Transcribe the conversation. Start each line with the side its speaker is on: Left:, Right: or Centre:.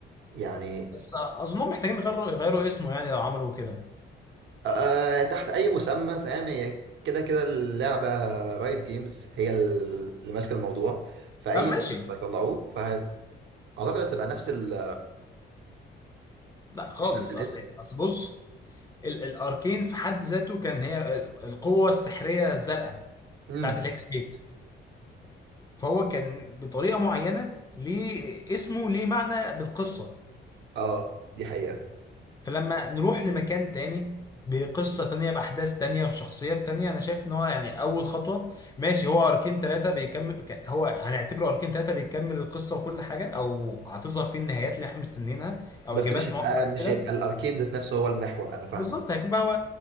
Right: يعني
Left: بس اظنهم محتاجين يغيروا يغيروا اسمه يعني لو عملوا كده
Right: آه تحت اي مسمى فاهم هي كده كده اللعبه رايت جيمز هي اللي ماسكه الموضوع فاي
Left: اه ماشي
Right: مسمى هيطلعوه فاعتقد هتبقى نفس ال
Left: لا خالص
Right: مش نفس الاسم
Left: اصل اصل بص ال- الاركين في حد ذاته كان هي ال- القوة السحرية الزرقاء
Right: امم
Left: بتاعت الهكس جيت فهو كان بطريقة معينة ليه اسمه ليه معنى بالقصة
Right: اه دي حقيقه
Left: فلما نروح لمكان تاني بقصة تانية بأحداث تانية بشخصيات تانية أنا شايف إن هو يعني أول خطوة ماشي هو أركين تلاتة بيكمل ك- هو هنعتبره أركين تلاتة بيكمل القصة وكل حاجة أو هتظهر فيه النهايات اللي إحنا مستنيينها أو
Right: بس
Left: إجابات
Right: مش هيبقى
Left: لمعظم الأسئلة
Right: مش هيبقى الاركين ذات نفسه هو المحور انا فاهمك
Left: بالظبط هيكون بقى هو